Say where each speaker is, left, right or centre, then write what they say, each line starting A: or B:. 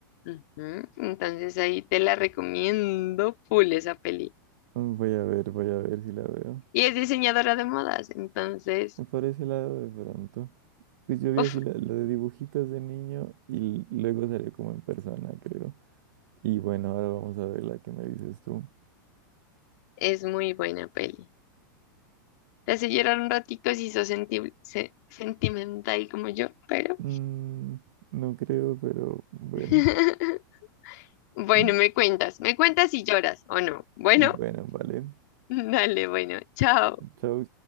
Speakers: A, on the left; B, on the right.
A: Ujú, Entonces ahí te la recomiendo full esa peli.
B: Mm, Voy a ver, voy a ver si la veo.
A: Y es diseñadora de modas, entonces,
B: Por ese lado, de pronto. Pues yo vi
A: uf,
B: así la, la de dibujitos de niño y l- luego salió como en persona, creo. Y bueno, ahora vamos a ver la que me dices tú.
A: es muy buena peli. Te hace llorar un ratico si sos sentibl- se- sentimental como yo, pero...
B: Mm, no creo, pero bueno.
A: <laughs> Bueno,
B: <laughs>
A: me cuentas, me cuentas si lloras o no. Bueno,
B: Bueno, vale.
A: <laughs> dale, bueno, chao.
B: Chao.